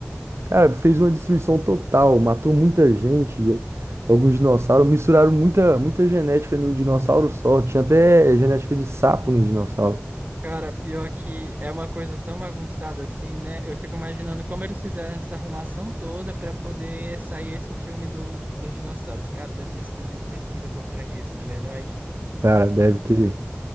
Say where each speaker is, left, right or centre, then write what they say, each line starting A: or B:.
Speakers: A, on the right; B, on the right.
A: Cara, fez uma destruição total, matou muita gente, alguns dinossauros, misturaram muita, muita genética num dinossauro só, tinha até genética de sapo no dinossauro.
B: Cara, pior que é uma coisa tão bagunçada assim, né? Eu fico imaginando como eles fizeram essa arrumação toda para poder sair esse filme do, dos dinossauros. Cara, deve ter sido muita pesquisa por trás disso, na verdade.
A: Cara, deve ter.